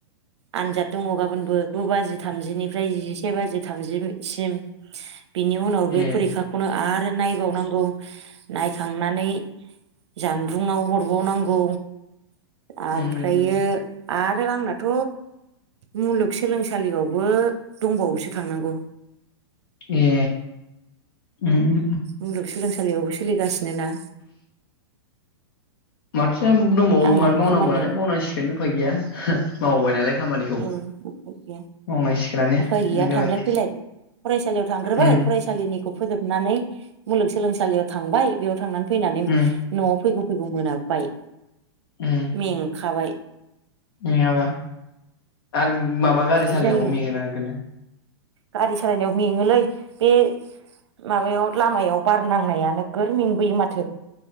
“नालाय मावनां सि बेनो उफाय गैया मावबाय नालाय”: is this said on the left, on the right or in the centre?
Left